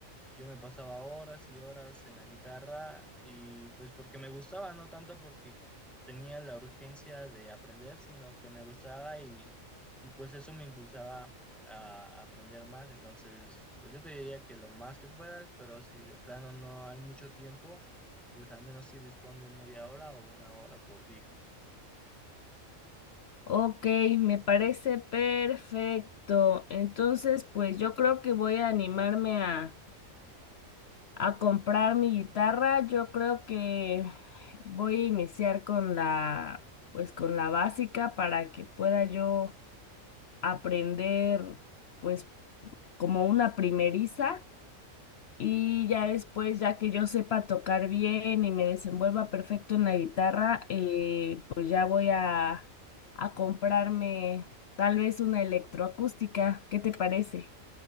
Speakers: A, in the centre; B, on the left (about 60°).
A: yo me pasaba horas y horas en la guitarra y pues porque me gustaba, no tanto porque tenía la urgencia de aprender, sino que me gustaba y, y pues eso me impulsaba a aprender más. Entonces, pues yo te diría que lo más que puedas, pero si de plano no hay mucho tiempo, pues al menos sí dispón de media hora o una hora por día.
B: Ok, me parece perfecto. Entonces, pues yo creo que voy a animarme a, a comprar mi guitarra. Yo creo que voy a iniciar con la, pues con la básica para que pueda yo aprender pues como una primeriza y ya después, ya que yo sepa tocar bien y me desenvuelva perfecto en la guitarra, eh, pues ya voy a, a comprarme tal vez una electroacústica. ¿Qué te parece?